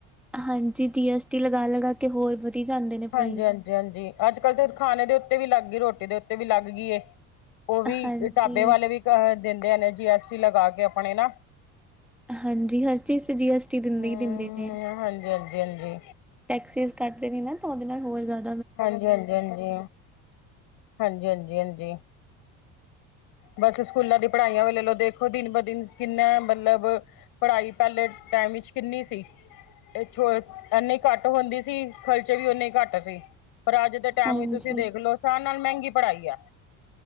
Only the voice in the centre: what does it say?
ਹਾਂਜੀ, ਜੀ ਐੱਸ ਟੀ ਲਗਾ- ਲਗਾ ਕੇ ਹੋਰ ਵਧੀ ਜਾਂਦੇ ਨੇ
ਪ੍ਰਾਈਜ਼।
ਹਾਂਜੀ,
ਹਾਂਜੀ, ਹਰ ਚੀਜ਼ 'ਚ ਜੀ ਐਸ ਟੀ ਦਿੰਦੇ
ਈ ਦਿੰਦੇ ਨੇ।
ਟੈਕਸਿਸ ਕੱਟਦੇ ਨੇ ਨਾ, ਤਾਂ ਉਹਦੇ ਨਾਲ ਹੋਰ ਜਿਆਦਾ।
ਹਾਂਜੀ,